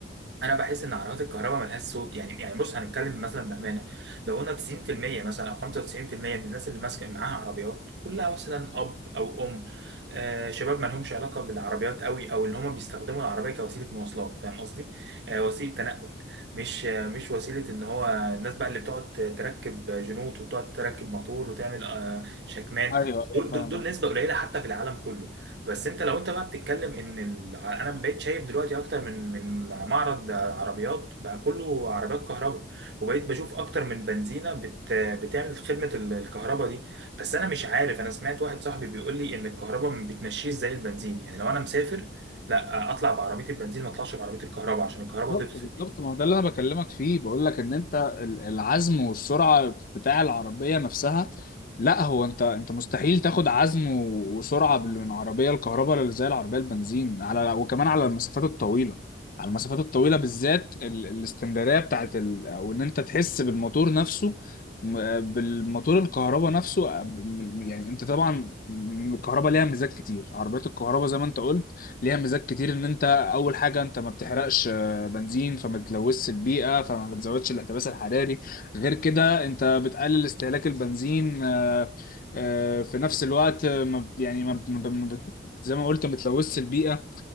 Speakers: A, on the right; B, on the left.
A: انا بحس ان عربيات الكهرباء ملهاش صوت يعني يعني بص هنتكلم مثلا بامانه لو قلنا 90% مثلا او 95% من الناس اللي ماسكه معاها عربيات كلها مثلا اب او ام آه شباب ما لهمش علاقه بالعربيات قوي او ان هم بيستخدموا العربيه كوسيله مواصلات فاهم قصدي آه وسيله تنقل مش آه مش وسيله ان هو الناس بقى اللي بتقعد تركب جنوط وبتقعد تركب موتور وتعمل آه شكمان
B: ايوه ايوه
A: دول
B: فاهم
A: دول دول نسبه قليله حتى في العالم كله بس انت لو انت بقى بتتكلم ان ال... انا بقيت شايف دلوقتي اكتر من من معرض عربيات بقى كله عربيات كهرباء وبقيت بشوف اكتر من بنزينه بت... بتعمل خدمه ال- الكهرباء دي بس انا مش عارف انا سمعت واحد صاحبي بيقول لي ان الكهرباء ما بتمشيش زي البنزين يعني لو انا مسافر لا اطلع بعربيه البنزين ما اطلعش بعربيه الكهرباء عشان الكهرباء
B: بالظبط
A: تفصل
B: بالظبط ما هو ده اللي انا بكلمك فيه بقول لك ان انت ال- العزم والسرعه بتاع العربيه نفسها لا هو انت انت مستحيل تاخد عزم و- وسرعه بال- من عربيه الكهرباء اللي زي العربيه البنزين على وكمان على المسافات الطويله على المسافات الطويله بالذات ال... الاستمراريه بتاعت ال... او ان انت تحس بالموتور نفسه م- بالموتور الكهرباء نفسه م- يعني انت طبعا م- الكهرباء ليها ميزات كتير عربيات الكهرباء زي ما انت قلت ليها ميزات كتير ان انت اول حاجه انت ما بتحرقش بنزين فما بتلوثش البيئة فما بتزودش الاحتباس الحراري غير كده انت بتقلل استهلاك البنزين آه، آه، في نفس الوقت آه، ما ب- يعني ما ب- ما ب- ما بت- زي ما قلت ما بتلوثش البيئة